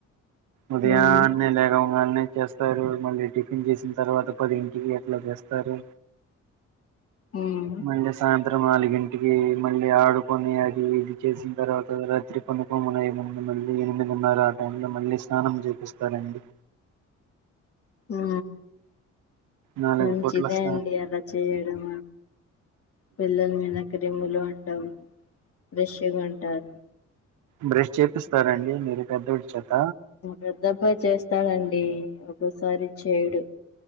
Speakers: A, on the right; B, on the left.
A: ఉదయాన్నే
B: అవును
A: లెగం కానీ చేస్తారు మళ్ళీ టిఫిన్ చేసిన తర్వాత పది ఇంటికి అట్లా చేస్తారు
B: ఉమ్
A: మల్ల సాయంత్రం నాలుగు ఇన్ టికి మళ్ళీ ఆడుకొని అది ఇది చేసిన తర్వాత రాత్రి పండుకునే ముందు మళ్ళీ ఎనిమిదిన్నర మళ్ళీ స్నానం చేపిస్తారండి
B: ఆ
A: నాలుగు
B: మంచిదే
A: పూట్ల స్నా
B: అండి అలా చేయడం పిల్లల మీన క్రిమ్ములు ఉండవు ఫ్రెష్ గా ఉంటారు
A: బ్రష్ చేపిస్తారండి మీరు పెద్దోడి చేత
B: పెద్దబ్బాయి చేస్తాడండి ఒక్కోసారి చేయడు